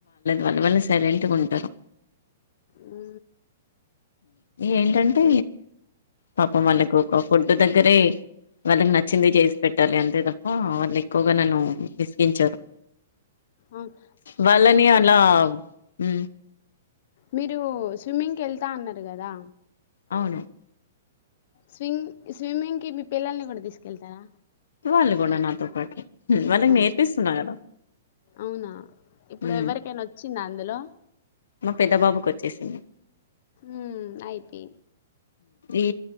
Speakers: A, on the left; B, on the left.
A: వల్ల వల్లే సైలెంట్ గా ఉంటారు
B: ఊ
A: ఏంటంటే పాపం వాళ్ళకు ఒక ఫుడ్ దగ్గరే వాళ్ళకి నచ్చింది చేసి పెట్టాలి అంతే తప్ప వాళ్ళు ఎక్కువగా నన్ను విసిగించారు
B: ఔట్
A: వాళ్ళని అలా ఉమ్
B: మీరు స్విమ్మింగ్ కి వెళ్తా అన్నారు కదా
A: అవును
B: స్వింగ్ స్విమ్మింగ్కిి మీ పిల్లల్ని కూడా తీసుకెళ్తారా
A: వాల్ కూడా నాతోప్పట్ వాళ్ళకి
B: ఆ
A: నేర్పిస్తున్నా కదా
B: అవునా ఇప్పుడు
A: ఉ
B: ఎవరికైనా వచ్చిందా అందులో
A: మా పెద్ద బాబుకు వచ్చేసింది
B: ఉ అయిపి
A: ఈ